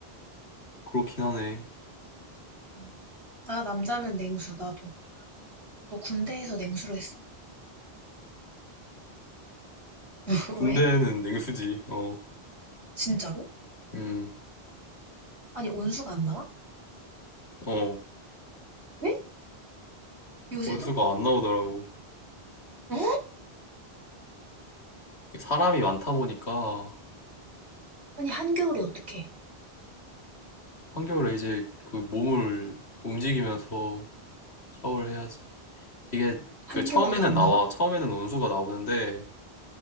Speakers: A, on the left (about 85°); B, on the right (about 90°).
A: 그렇긴 하네.
B: 음. 나 남자면 냉수, 나도. 너 군대에서 냉수로 했어? <laughs>
A: 군대는
B: 왜?
A: 냉수지, 어,
B: 진짜로?
A: 음,
B: 아니, 온수가 안 나와?
A: 어,
B: 왜? 요새도?
A: 온수가 안 나오더라고.
B: 어?
A: 사람이 많다 보니까
B: 아니, 한겨울에 어떡해?
A: 한겨울에 이제 그 몸을 움직이면서 샤워를 해야지. 이게
B: 한겨울에도
A: 그 처음에는
B: 안
A: 나와.
B: 나와?
A: 처음에는 원수가 나오는데